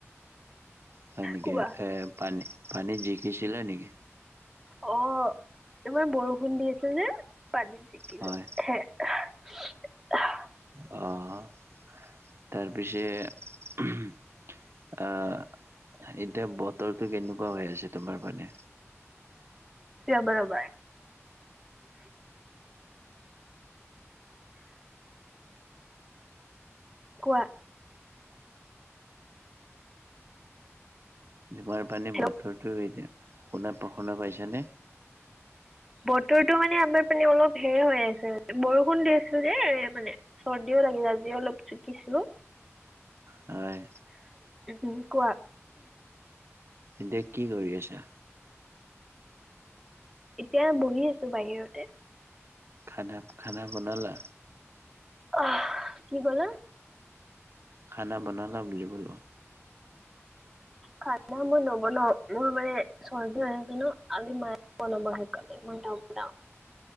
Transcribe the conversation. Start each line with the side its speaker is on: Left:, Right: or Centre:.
Right: হয়, নেকি
Centre: কোৱা
Right: এ পানী পানীত জিকিছিলা নেকি?
Centre: অ', ইমান বৰষুণ দি আছে যে পানীত জিকি
Right: হয়।
Centre: <inaudible>
Right: অ', তাৰপিছে অ', এতিয়া বতৰটো কেনেকুৱা হৈ আছে তোমাৰ পিনে?
Centre: ৰ'বা ৰ'বা। কোৱা।
Right: <unintelligible>
Centre: হেল্ল'
Right: বতৰতো এতিয়া শুনা শুনা পাইছেন?
Centre: বতৰটো মানে আমাৰ পিনে মানে অলপ সেয়ে হৈ আছে বৰষুণ দি আছে যে মানে চৰ্দিও লাগিলে আজি অলপ জিকিছিলো।
Right: হয়
Centre: উম, কোৱা।
Right: এতিয়া কি কৰি আছা?
Centre: এতিয়া বহি আছো বাহিৰতে।
Right: খানা-খানা বনালা?
Centre: অহ কি ক'লে?
Right: খানা বনালা বুলি ক'লোঁ।
Centre: খানা মই নবনাওঁ, মোৰ মানে চৰ্দি হৈ আছে ন আজি মায়ে বনাব সেইকাৰণে মই নবনাওঁ।